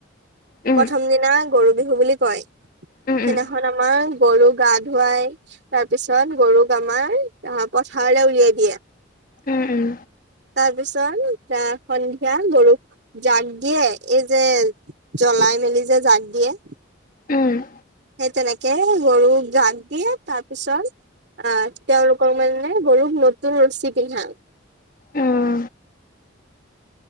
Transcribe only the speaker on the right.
প্ৰথম দিনা গৰু বিহু বুলি কয়, সেইদিনাখন
আমাৰ গৰু গা ধুৱাই তাৰ পিছত গৰুক আমাৰ আহ পথাৰলৈ উলিয়াই দিয়ে।
তাৰপিছত এ সন্ধিয়া গৰুক জাক দিয়ে এই যে জ্বলাই মেলি যে জাক দিয়ে।
সেই তেনেকে গৰুক জাক দিয়ে তাৰপিছত আহ তেওঁলোকৰ মানে গৰুক নতুন ৰচি পিন্ধাওঁ। <inaudible>